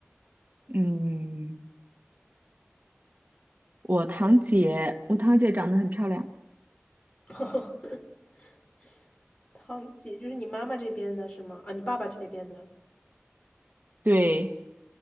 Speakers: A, on the right (about 45°); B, on the left (about 25°).
A: 嗯，我堂姐，
B: 嗯，
A: 我堂姐长得很漂亮，
B: <laughs> 堂姐就是你妈妈这边的是吗？啊，你爸爸这边的。
A: 对。